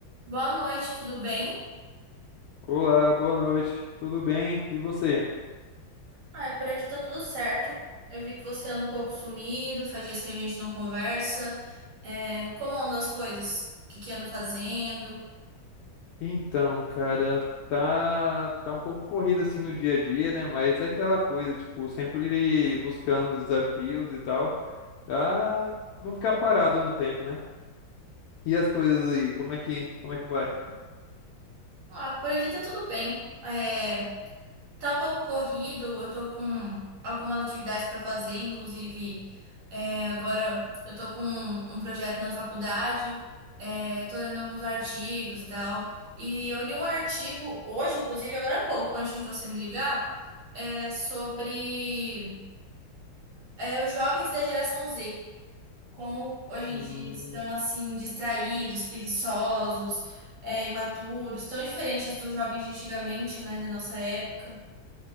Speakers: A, on the right; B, on the left.
A: Boa noite, tudo bem?
B: Olá, boa noite. Tudo bem? E você?
A: Ah, é, por aqui tá tudo certo. Eu vi que você anda um pouco sumido, faz dias que a gente não conversa. É, como andam as coisas? O que que anda fazendo?
B: Então, cara, tá tá um pouco corrido assim no dia a dia, né? Mas é aquela coisa, tipo, sempre ir buscando os desafios e tal, pra não ficar parado no tempo, né? E as coisas aí, como é que como é que vai?
A: Ah, por aqui tá tudo bem. É, Tá um pouco corrido, eu tô com algumas atividades para fazer, inclusive é, agora eu tô com um, um projeto na faculdade, é, tô lendo alguns artigos e tal. E eu li um artigo hoje, inclusive agora há pouco, antes de você me ligar, é, sobre é, os jovens da geração Z, como hoje em
B: Hum,
A: dia eles estão assim distraídos, preguiçosos, é, imaturos, tão diferentes dos jovens de antigamente, né, da nossa época.